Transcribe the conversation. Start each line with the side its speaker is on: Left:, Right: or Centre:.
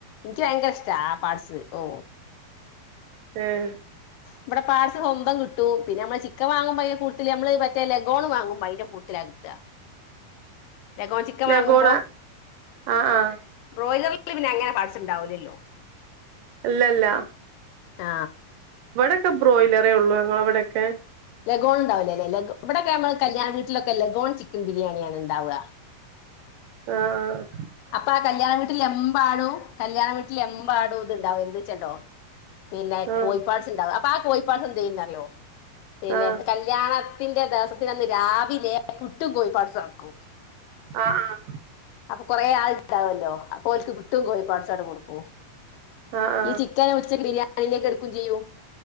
Left: എനിക്ക് ഭയങ്കര ഇഷ്ട്ടാ ആ പാഡ്സ് ഓ
Right: ഉം
Left: ഇവിടെ പാഡ്സ് സ്വന്തം കിട്ടും പിന്നെ നമ്മള് ചിക്കൻ വാങ്ങുമ്പൾ അയിന്റെ കൂടുതൽ നമ്മള് മറ്റേ ലഗോൺ വാങ്ങുമ്പോൾ അയിന്റെ കൂടുത്തലാ കിട്ടാ ലേഗോൺ ചിക്കൻ
Right: ലഗോണ
Left: വാങ്ങുമ്പോ
Right: ആഹ് ആഹ്
Left: ബ്രോയിലർ പിന്നെ അങ്ങനെ പാഡ്സ് ഉണ്ടാവില്ലല്ലോ
Right: ഇല്ലല്ല
Left: ആ
Right: ഇവിടെക്കെ ബ്രോയ്ലരെ ഒള്ളൂ ഞങ്ങളെവടെ ക്കെ
Left: ലഗോൺണ്ടാവില്ലലെ ലഗ് ഇവിടെക്കെ നമ്മൾ കല്യാണ വീട്ടിലൊക്കെ ലഗോൺ ചിക്കൻ ബിരിയാണിയാണ് ണ്ടാവ
Right: ആ ആ
Left: അപ്പ ആ കല്യാണം വീട്ടില് എമ്പാടും കല്യാണം വീട്ട് എമ്പാടും ഇത്ണ്ടാവും എന്ത് ച്ച്ണ്ടോ പിന്നെ
Right: ആഹ്
Left: കോഴിപ്പാട്സ്ണ്ടാവും അപ്പ ആ കോഴി പാഡ്സ് എന്തെയ്യുംന്ന് അറിയോ പിന്നെ
Right: ആഹ്
Left: കല്യാണ ണത്തിന്റെ ദെവസത്തിന്റെ അന്ന് രാവിലെ പുട്ടും കോഴി പാട്സും ആക്കും
Right: ആ ആ
Left: കൊറേ ആൾണ്ടാവല്ലോ അ ഓൽക്ക് പുട്ടും കോയിപാട്സും ആണ്ട് കൊടു ഓഫ്
Right: ആഹ് ആഹ്
Left: ഈ ചിക്കൻ ഉച്ചന്റെ ബിരിയാണിയിലേക്ക് എടുക്കും ചെയ്യും